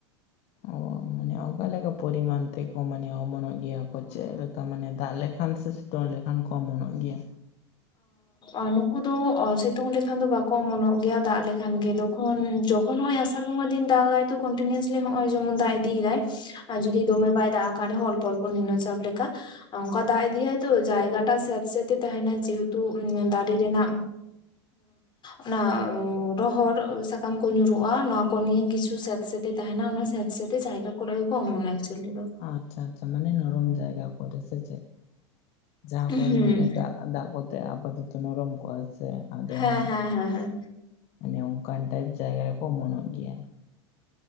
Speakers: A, on the left; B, on the left.
A: ᱚᱸ ᱢᱟᱱᱮ ᱚᱠᱟ ᱞᱮᱠᱟ ᱯᱚᱨᱤᱢᱟᱱ ᱛᱮᱠᱚ ᱢᱟᱱᱮ ᱚᱢᱚᱱᱚᱜ ᱜᱮᱭᱟ ᱠᱚ ᱪᱮᱫ ᱞᱮᱠᱟ ᱢᱟᱱᱮ ᱫᱟᱜ ᱞᱮᱠᱷᱟᱱ ᱥᱮ ᱥᱤᱛᱩᱝ ᱞᱮᱠᱷᱟᱱ ᱠᱚ ᱚᱢᱚᱱᱚᱜ ᱜᱮᱭᱟ
B: ᱟᱻ ᱱᱩᱠᱩ ᱫᱚ ᱥᱤᱛᱩᱝ ᱞᱮᱠᱷᱟᱱ ᱫᱚ ᱵᱟᱠᱚ ᱚᱢᱚᱱᱚᱜ ᱜᱮᱭᱟ ᱫᱟᱜ ᱞᱮᱠᱷᱟᱱ ᱜᱮ ᱫᱚ ᱠᱷᱚᱱ ᱡᱚᱠᱷᱚᱱ ᱱᱚᱜ-ᱚᱭ ᱟᱥᱟᱲ ᱵᱚᱸᱜᱟ ᱫᱤᱱ ᱫᱟᱜᱟᱭ ᱛᱚ ᱠᱚᱱᱴᱤᱱᱤᱭᱟᱥᱞᱤ ᱱᱚᱜ-ᱚᱭ ᱡᱮᱢᱚᱱ ᱫᱟᱜ ᱤᱫᱤᱭᱮᱫᱟᱭ ᱾ ᱟᱨ ᱡᱩᱫᱤ ᱫᱚᱢᱮ ᱵᱟᱭ ᱫᱟᱜ ᱟᱠᱟᱛ ᱨᱮᱦᱚᱸ ᱚᱞᱯᱚ ᱚᱞᱯᱚ ᱱᱤᱢᱱᱚ ᱪᱟᱯ ᱞᱮᱠᱟ ᱚᱱᱠᱟ ᱫᱟᱜ ᱤᱫᱤᱭᱟᱭ ᱛᱚ ᱡᱟᱭᱜᱟᱴᱟᱜ ᱥᱮᱸᱛ ᱥᱮᱸᱛᱮ ᱛᱟᱦᱮᱱᱟ ᱡᱮᱦᱮ ᱛᱩ ᱫᱟᱨᱮ ᱨᱮᱱᱟᱜ ᱚᱱᱟ ᱨᱚᱦᱚᱲ ᱥᱟᱠᱟᱢ ᱠᱚ ᱧᱩᱨᱩᱜ-ᱟ ᱱᱚᱶᱟ ᱠᱚ ᱱᱤᱭᱮ ᱠᱤᱪᱷᱩ ᱥᱮᱸᱛ ᱥᱮᱸᱛᱮ ᱛᱟᱦᱮᱸᱱᱟ ᱚᱱᱟ ᱥᱮᱛᱮ ᱡᱟᱭᱜᱟ ᱠᱚᱨᱮ ᱜᱮᱠᱚ ᱚᱢᱚᱱᱚᱜ-ᱟ ᱮᱠᱪᱩᱭᱮᱞᱤ ᱫᱚ ᱾
A: ᱟᱪᱪᱷᱟ ᱟᱪᱪᱷᱟ ᱢᱟᱱᱮ ᱱᱚᱨᱚᱢ ᱡᱟᱭᱜᱟ ᱠᱚᱨᱮ ᱥᱮ ᱪᱮᱛ? ᱡᱟᱦᱟᱸ
B: ᱦᱩᱸ
A: ᱠᱚᱨᱮ ᱢᱟᱱᱮ ᱮᱴᱟᱜ ᱫᱟᱜ ᱠᱚᱛᱮ ᱟᱯᱟᱛᱚᱛᱚ ᱱᱚᱨᱚᱢ ᱠᱚᱜ-ᱟ ᱥᱮ ᱟᱫᱚ
B: ᱦᱮᱸ
A: ᱚᱱᱟ
B: ᱦᱮᱸ ᱦᱮᱸ ᱦᱮᱸ
A: ᱢᱟᱱᱮ ᱚᱱᱠᱟᱱ ᱴᱟᱭᱤᱯ ᱡᱟᱭᱜᱟ ᱨᱮᱠᱚ ᱚᱢᱚᱱᱚᱜ ᱜᱮᱭᱟ ᱾